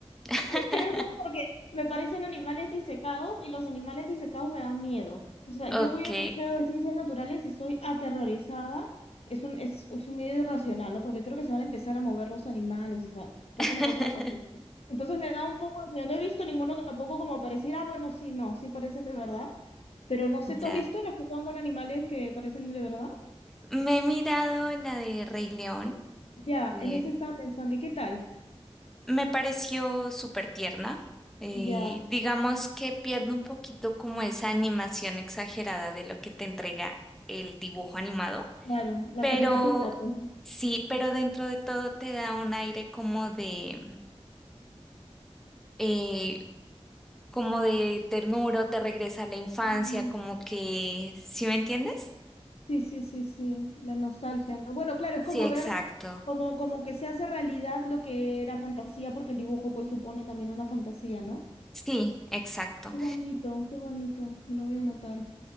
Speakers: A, in the centre; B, on the left (about 70°).
A: <laughs>
B: Creo que porque me parecen animales disecados y los animales disecados me dan miedo. O sea,
A: Ok.
B: yo voy a un museo de ciencias naturales y estoy aterrorizada. Es un, es, es un miedo irracional, ¿no? Porque creo que se van a empezar a mover los animales. O sea, pasa
A: <laughs>
B: una cosa horrible. Entonces me da un poco de miedo. No he visto ninguno tampoco como pareciera, ah, bueno, sí, no, sí parecen de verdad. Pero no sé, ¿tú
A: Ya.
B: has visto las que son con animales que parecen de verdad?
A: Me he mirado la de Rey León.
B: Ya,
A: eh,
B: en ese estaba pensando. ¿Y qué tal?
A: me pareció súper tierna. eh,
B: Ya,
A: digamos que pierde un poquito como esa animación exagerada de lo que te entrega el dibujo animado.
B: claro, la
A: Pero
B: caricatura, pues,
A: sí, pero dentro de todo te da un aire como de, eh, como de ternura, o te regresa a la infancia,
B: ¿no?
A: como que, ¿sí me entiendes?
B: Sí, sí, sí, sí, la nostalgia, ¿no? Bueno, claro, es
A: Sí,
B: como
A: exacto.
B: ver, como, como que se hace realidad lo que era fantasía, porque el dibujo pues supone también una fantasía, ¿no?
A: Sí, exacto.
B: Qué bonito, qué bonito, me lo voy a anotar.